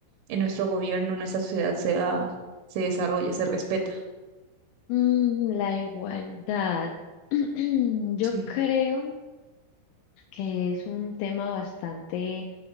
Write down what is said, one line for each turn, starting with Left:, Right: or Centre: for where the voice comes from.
Right: en nuestro gobierno, en nuestra sociedad se, ha- se desarrolla, se respeta?
Left: Mm, la igualdad. <clears throat> Yo
Right: Sí,
Left: creo que es un tema bastante